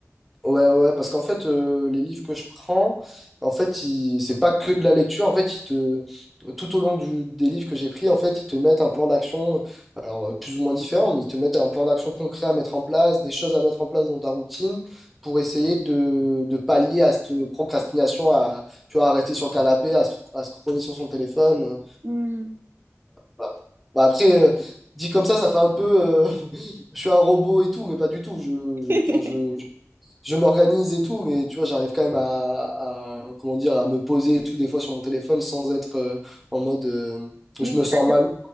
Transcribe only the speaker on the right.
Hmm.
<laughs>
Oui,
c'est
pas.